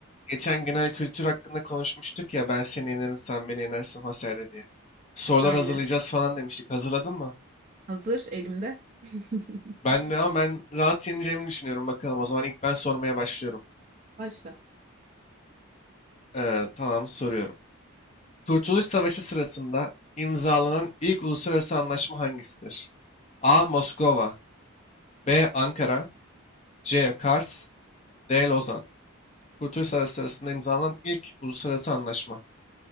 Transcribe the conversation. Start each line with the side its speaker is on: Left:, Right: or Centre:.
Left: Geçen genel kültür hakkında konuşmuştuk ya ben seni yenerim sen beni yenersin vesaire diye. Sorular
Right: Aynen.
Left: hazırlayacağız falan demiştik. Hazırladın mı?
Right: Hazır elimde. <laughs>
Left: Ben de ama ben rahat yeneceğimi düşünüyorum bakalım. O zaman ilk ben sormaya başlıyorum.
Right: Başla.
Left: Ee, tamam soruyorum. Kurtuluş Savaşı sırasında imzalanan ilk uluslararası anlaşma hangisidir? A. Moskova B. Ankara C. Kars D. Lozan Kurtuluş Savaşı sırasında imzalanan ilk uluslararası anlaşma.